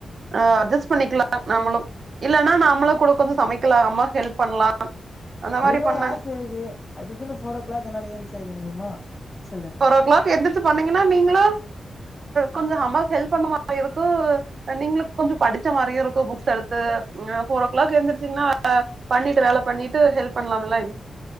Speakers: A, on the right; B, on the left.
A: அ அட்ஜஸ் பண்ணிக்லா நாமளு இல்லன்னா நாமளு கூட கொஞ்சோ சமைக்லா அம்மாக்கு ஹெல்ப் பண்லா அந்த
B: இப்டின்னு
A: மாரி பண்ணாங்க
B: ஒரு ஆச இருக்கு அதுக்குன்னு ஃபோரோ கிளாக் என்னால ஏந்து செய்ய முடியுமா சொல்லுங்
A: ஃபோர் க்ளாக் எந்துச்சு பன்னீங்கன்னா நீங்ளு கொஞ்சோ அம்மாக்கு ஹெல்ப் பண்ண மாரி இருக்கு நீங்ளுக் கொஞ்சோ படிச்ச மாரியு இருக்கு புக்ஸ் எடுத்து ஃபோரோ க்ளாக் எந்திரிச்சீங்ன்னா பண்ணிட்டு வேல பண்ணிட்டு ஹெல்ப் பண்லாம்ல